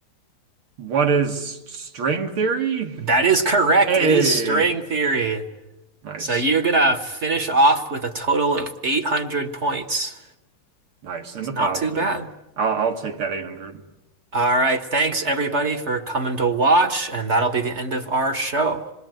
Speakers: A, on the right (about 85°); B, on the right (about 45°).
A: What is string theory?
B: That is correct.
A: Hey,
B: It is string theory.
A: nice,
B: So you're gonna finish off with a total of 800 points.
A: nice, in
B: It's
A: the
B: not
A: positive.
B: too bad.
A: I'll I'll take that 800.
B: All right, thanks everybody for coming to watch, and that'll be the end of our show.